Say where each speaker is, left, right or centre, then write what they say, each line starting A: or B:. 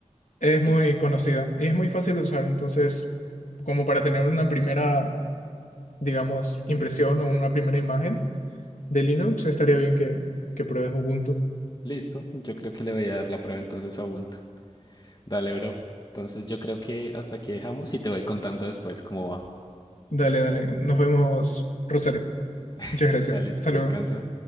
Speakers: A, on the left; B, on the left.
A: es
B: Y
A: muy conocida y es muy fácil de usar. Entonces, como para tener una primera, digamos, impresión o una primera imagen de Linux, estaría bien que, que pruebes Ubuntu.
B: listo. Yo creo que le voy a dar la prueba entonces a Ubuntu. Dale, bro. Entonces yo creo que hasta aquí dejamos y te voy contando después cómo va.
A: Dale, dale. Nos vemos, Rosario.
B: <laughs>
A: Muchas gracias.
B: Dale,
A: Hasta
B: descansa.
A: luego.